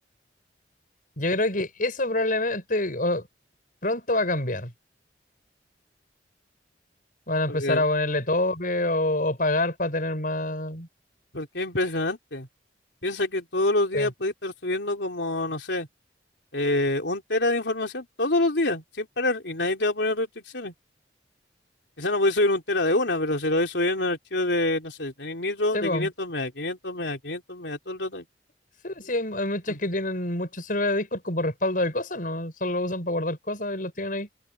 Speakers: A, on the left (about 50°); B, on the left (about 75°).
A: Yo creo que eso probablemente o, pronto va a cambiar. Van a empezar
B: Porque,
A: a ponerle tope o, o pagar para tener más.
B: porque es impresionante. Piensa que todos los días
A: Sí,
B: puede estar subiendo como, no sé, eh, un tera de información todos los días, sin parar, y nadie te va a poner restricciones. Quizá no podéis subir un tera de una, pero si lo vais subiendo en archivos de, no sé, tenéis Nitro
A: sí,
B: de
A: po.
B: quinientos megas, 500 megas, 500 megas, todo el rato.
A: Sí, sí, hay, hay muchas
B: Mm,
A: que tienen muchos servidores de Discord como respaldo de cosas, ¿no? Solo lo usan para guardar cosas y los tienen ahí